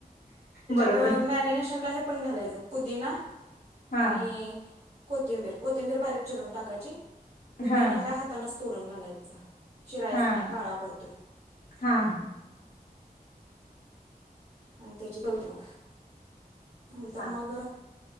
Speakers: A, on the left; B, on the right.
A: बर
B: तर मॅरिनेशनला हे पण घालायच पुदीना
A: हा
B: आणि कोथिंबीर कोथिंबीर बारीक चिरून टाकायची पुदीना
A: हा
B: काय हातानच तोडून घालायचा चिरायचा
A: हा
B: नाय
A: हा हा
B: काळा पडतोय.
A: हा
B: आणि तेची शिजव ते मग नंतर
A: हा
B: मग